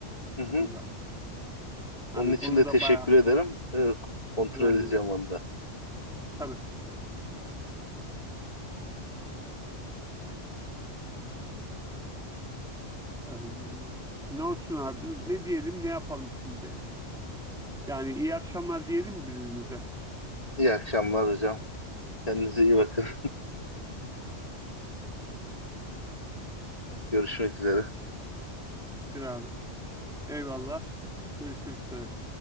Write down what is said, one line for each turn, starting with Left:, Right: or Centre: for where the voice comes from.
Left: Hı hı.
Centre: onda.
Left: Onun
Centre: Yani
Left: için
Centre: onun
Left: de
Centre: da
Left: teşekkür
Centre: bayağı
Left: ederim. E, kontrol
Centre: önemli.
Left: edeceğim onu da.
Centre: Tabii. Ee, ne olsun abi? Ne diyelim, ne yapalım şimdi? Yani iyi akşamlar diyelim mi birbirimize?
Left: İyi akşamlar hocam. Kendinize iyi bakın. <laughs> Görüşmek üzere.
Centre: Bir abi. Eyvallah. Görüşmek üzere.